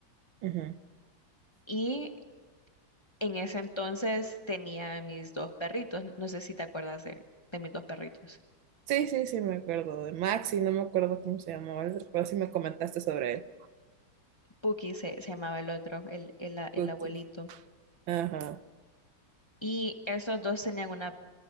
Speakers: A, on the right (about 80°); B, on the left (about 15°).
A: ujú.
B: Y en ese entonces tenía mis dos perritos, no sé si te acuerdas de, de mis dos perritos.
A: Sí, sí, sí, me acuerdo de Maxi, no me acuerdo cómo se llamaba el otro, pero sí me comentaste sobre él.
B: Puki se, se llamaba el otro, el, el, a- el
A: Cookie.
B: abuelito.
A: Ajá,
B: Y esos dos tenían una